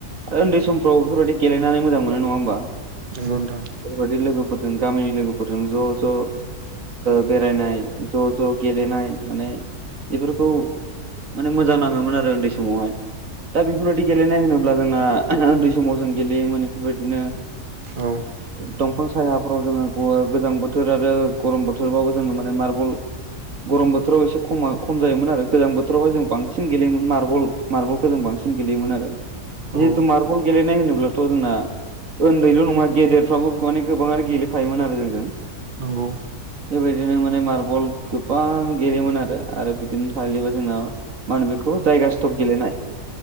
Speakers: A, on the right (about 55°); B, on the right (about 35°).
A: आरो उन्दै समफ्राव बेफोरबायदि गेलेनानै मोजां मोनो नङा होमबा।
B: नंगौ नोंथां।
A: बे बायदि लोगोफोरजों गामिनि लोगोफोरजों ज' ज' बेरायनाय, ज' ज' गेलेनाय, माने बेफोरखौ माने मोजां नाङोमोन आरो उन्दै समावहाय दा बेफोरबायदि गेलेनाय होनोबा जोंना उन्दै समाव जों गेलेयोमोन बेफोरबादिनो
B: औ
A: दंफां सायाफोराव जोङो गोजां बोथोर आरो गरम बोथोरबावो जोङो माने मार्बल गरम बोथोराव एसे खम खम जायोमोन आरो। गोजां बोथोरावहाय जों बांसिन गेलेयोमोन मार्बल मार्बलखौ जों बांसिन गेलेयोमोन आरो। जिहेथु
B: औ
A: मार्बल गेलेनाय होनोब्लाथ' जोंना उन्दैल' नङा गेदेरफ्राबो माने गोबाङानो गेलेफायोमोन आरो जोंजों।
B: नंगौ।
A: बे बायदिनो माने मार्बल गोबां गेलेयोमोन आरो। आरो बिदिनो थाहैबाय जोंना मा होनो बेखौ जायगा स्टप गेलेनाय।